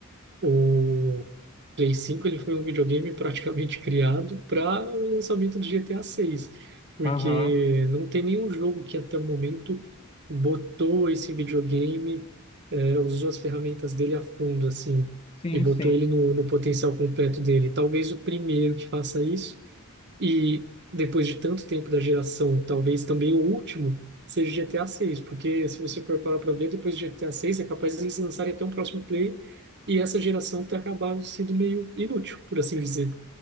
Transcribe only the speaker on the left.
Aham,
Sim,
sim.